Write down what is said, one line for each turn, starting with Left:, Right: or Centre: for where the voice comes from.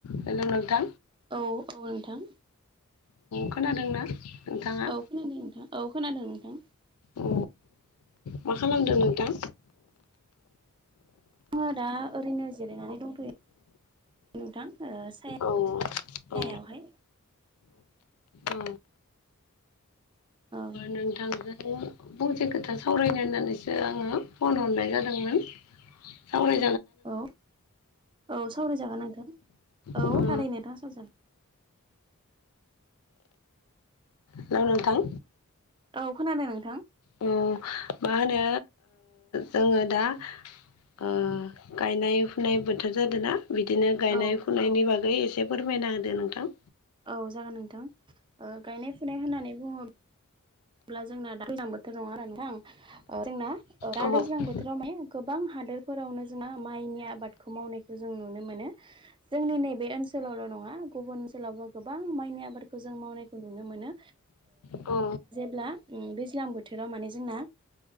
Left: Hello नोंथां
Right: औ औ नोंथां
Left: खोनादोंना नोंथांङा
Right: औ खोनादों नोंथां औ खोनादों नोंथां
Left: औ मा खालामदों नोंथां
Right: आंङो दा ओरैनो जिरायनानै दंथ'यो नोंथां ओ सायायावहाय
Left: औ औ औ
Right: ओ
Left: नोंथांजों फंसे खोथा सावरायनो होननानैसो आंङो फन हरनाय जादोंमोन सावराय
Right: औ औ सावरायजागोन नोंथां
Left: ओ
Right: औ थारै नोंथांङा सावरायजागोन
Left: हेलौ नोंथां
Right: औ खोनादों नोंथां
Left: ओ मा होनो जोंङो दा ओ गायनाय फुनाय बोथोर जादों ना बिदिनो गायनाय
Right: औ
Left: फुनायनि बागै एसे फोरमायना होदो नोंथां
Right: औ जागोन नोंथां ओ गायनाय फुनाय होननानै बुंङो ब्ला जोंना दा दैज्लां बोथोर नंङा होमबा नोंथां ओ जोंना दा
Left: औ
Right: दैज्लां बोथोराव माने गोबां हादोरफोरावनो जोंङो माइनि आबादखौ मावनायखौ जों नुनो मोनो जोंनि नैबे ओनस ओनसोलावल' नंङा गुबुन ओनसोलावबो गोबां माइनि आबादखौ जों मावनायखौ नुनो मोनो
Left: औ
Right: अब्ला दैज्लां बोथोराव माने जोंना